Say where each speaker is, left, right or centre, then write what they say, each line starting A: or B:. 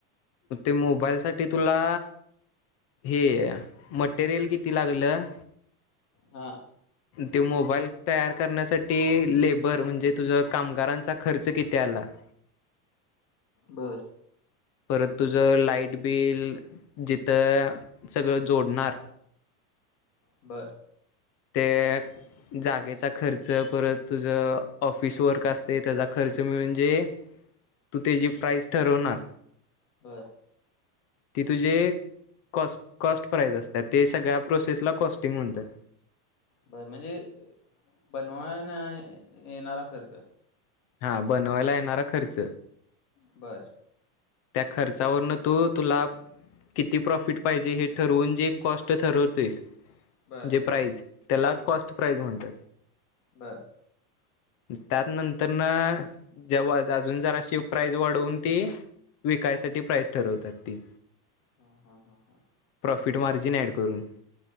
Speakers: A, on the left; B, on the left.
A: ग ते मोबाईल साठी तुला हे मटेरियल किती लागलं
B: हा,
A: ते मोबाईल तयार करण्यासाठी लेबर म्हणजे तुझ कामगारांचा खर्च किती आला <inaudible>
B: बर,
A: परत तुझ लाईट बिल जिथं सगळं जोडणार.
B: बरं,
A: ते जागेचा खर्च परत तुझं ऑफिस वर्क असते त्याचा खर्च म्हणजे, तू त्याची प्राईस ठरवणार
B: बर,
A: ती तुझे कॉ कॉस्ट प्राइज असतात ते सगळ्या प्रोसेसला कॉस्टिंग म्हणतात.
B: बरं म्हणजे बनवाय न येणारा खर्च...
A: हा बनवायला येणारा खर्च..
B: बर..
A: त्या खर्चावरन तू तुला.. किती प्रॉफिट पाहिजे हे ठरवून जे कॉस्ट ठरवतेस..
B: बर
A: जे प्राईज त्याला कॉस्ट प्राईज म्हणतात...
B: बर...
A: <unintelligible> त्यात नंतर ना जेव्हा अजून जराशी प्राईज वाढवून ती.. विकायसाठी प्राईस ठरवतात ती..
B: हा हा हा हा
A: प्रॉफिट मार्जिन
B: आणि...
A: ऍड करून